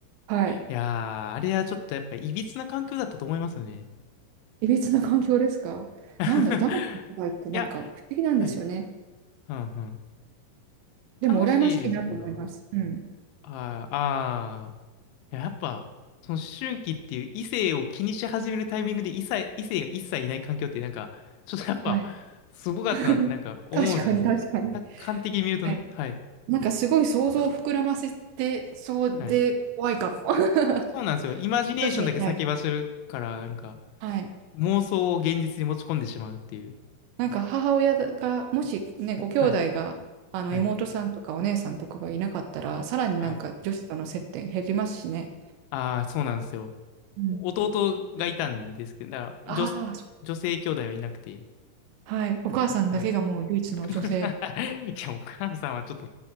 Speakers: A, on the right (about 80°); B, on the left (about 85°).
A: はい。
B: いやー、あれはちょっとやっぱいびつな環境だったと思いますね。
A: いびつな環境ですかなんだろう、
B: <laughs>
A: 男子の世界ってなんか不思議なんですよね。
B: いや、はい。うんうん。
A: でも羨ましいなと思います。
B: 楽しいですけど、
A: うん。
B: ああ、あーいややっぱ、その思春期っていう異性を気にし始めるタイミングで異性、異性が一切いない環境ってなんか、ちょっとやっぱ、
A: はい。
B: すごかったなってなんか思うんですけどね。
A: <laughs> 確かに、確かに。
B: 客観的に見るとね、
A: はい
B: はい、
A: なんかすごい想像を膨らませてそうで怖いかも。
B: はい。
A: <laughs>
B: そうなんですよ。イマジネーションだけ先走るから、
A: 女子に対して。
B: なんか、
A: はい。
B: 妄想を現実に持ち込んでしまうっていう。
A: なんか母親が、もしね、ご兄弟が、
B: はい、
A: あの妹さんとかお姉さんとかがいなかったら、
B: はい、
A: さらになんか女子との接点減りますしね。
B: はい。ああ、そうなんですよ。
A: うん。
B: 弟がいたんですけど、だから女、
A: ああ、そ
B: 女性兄弟はいなくて、
A: はい。お母さんだけがもう唯一の女性。
B: はい <laughs> いや、お母さんはちょっと、